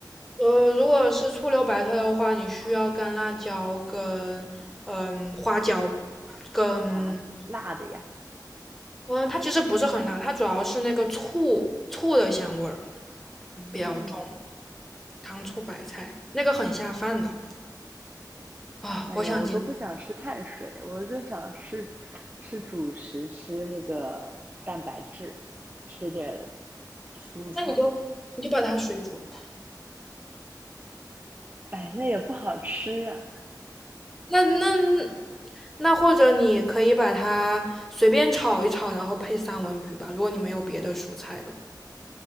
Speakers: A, in the centre; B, on the right.
A: 呃，如果是醋溜白菜的话，你需要干辣椒跟嗯花椒，跟
B: 哇，辣的呀！
A: 嗯它其实不是很辣，它主要是那个醋醋的香味儿
B: 嗯，
A: 比较重，糖醋白菜那个很下饭的啊，
B: 哎呀，
A: 我想今
B: 我都不想吃碳水，我就想吃吃主食，吃那个蛋白质，吃点蔬菜。
A: 那你就你就把它水煮了吧。
B: 哎，那也不好吃啊。
A: 那那那或者你可以把它随便炒一炒，然后配三文鱼吧，如果你没有别的蔬菜了。